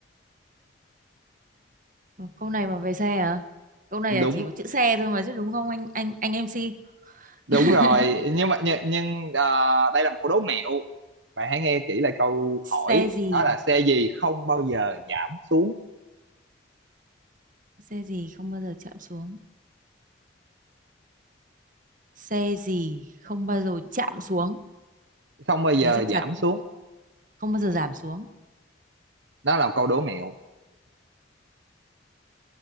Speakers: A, on the right; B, on the right.
A: Câu này mà về xe à? Câu này
B: đúng
A: là chỉ có chữ xe thôi mà chứ đúng không anh anh anh MC?
B: đúng
A: <laughs>
B: rồi nhưng mà nhưng, nhưng ờ, đây là một câu đố mẹo bạn hãy nghe kỹ lại câu hỏi
A: Xe gì?
B: đó là xe gì không bao giờ giảm xuống
A: Xe gì không bao giờ chạm xuống? Xe gì không bao giờ chạm xuống?
B: không bao giờ
A: thế chắc chắn
B: giảm xuống
A: không bao giờ giảm xuống
B: đó là một câu đố mẹo